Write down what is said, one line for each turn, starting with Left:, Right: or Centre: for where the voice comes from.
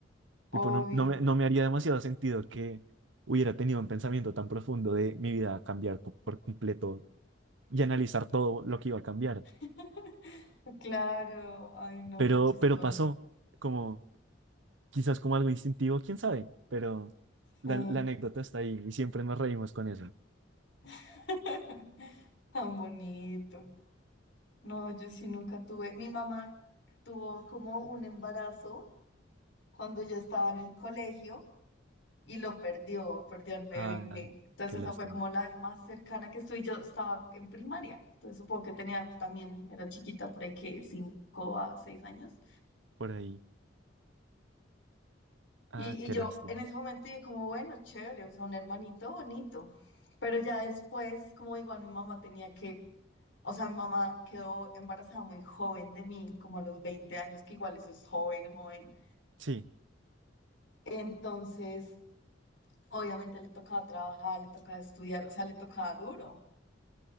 Right: Tipo,
Left: obvio.
Right: no, no me, no me haría demasiado sentido que hubiera tenido un pensamiento tan profundo de mi vida va a cambiar co- por completo y analizar todo lo que iba a cambiar.
Left: <laughs> Claro, ay no,
Right: Pero,
Left: qué chistoso.
Right: pero pasó, como quizás como algo instintivo, quién sabe, pero
Left: Sí,
Right: la, la anécdota está ahí y siempre nos reímos con eso.
Left: <laughs> tan bonito. No, yo sí nunca tuve. Mi mamá tuvo como un embarazo cuando yo estaba en el colegio y lo perdió, perdió al bebé.
Right: Ay,
Left: Entonces
Right: qué lástima.
Left: esa fue como la vez más cercana que estuve. Yo estaba en primaria, entonces supongo que tenía también, era chiquita por ahí que cinco a seis años.
Right: Por ahí. Ah,
Left: Y,
Right: qué
Left: y yo
Right: lástima.
Left: en ese momento dije como, bueno, chévere, o sea, un hermanito bonito. Pero ya después, como igual mi mamá tenía que, o sea, mi mamá quedó embarazada muy joven de mí, como a los 20 años, que igual eso es joven, joven.
Right: Sí,
Left: Entonces, obviamente le tocaba trabajar, le tocaba estudiar, o sea, le tocaba duro.